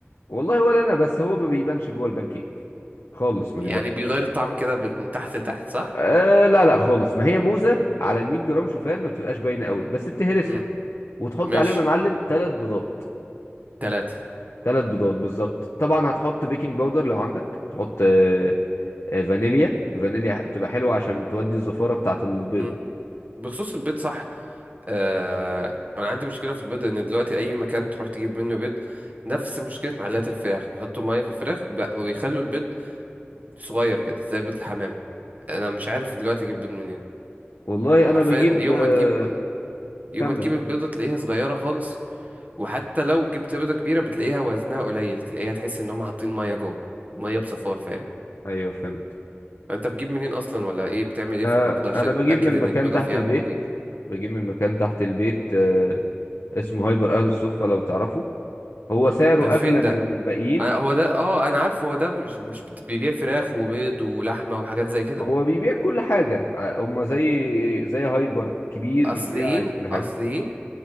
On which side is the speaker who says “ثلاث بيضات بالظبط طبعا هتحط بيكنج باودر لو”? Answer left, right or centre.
Left